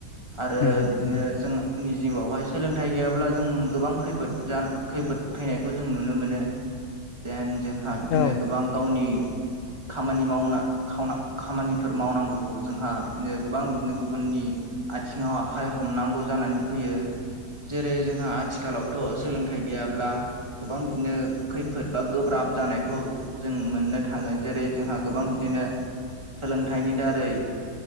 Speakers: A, on the right (about 15°); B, on the left (about 65°).
A: आरो
B: नंगौ
A: बिदिनो
B: नंगौ
A: जोंनि जिउआवहाय सोलोंथाइ गैयाब्ला जों गोबां खैफोद जा खैफोद फैनायखौ जों नुनो मोनो जेन जोंहा बिदिनो
B: औ
A: गोबां गावनि खामानि मावना खावना खामानिफोर मावनांगौखौ जोंहा बिदिनो गोबां बिदिनो गुबुननि आथिङाव आखाइ हमनांगौ जानानै फैयो जेरै जोंहा आथिखालावथ सोलोंथाइ गैयाब्ला गोबां बिदिनो खैफोद बा गोब्राब जानायखौ जों मोननो थाङो जेरै जोंहा गोबां बिदिनो सोलोंथाइनि दारै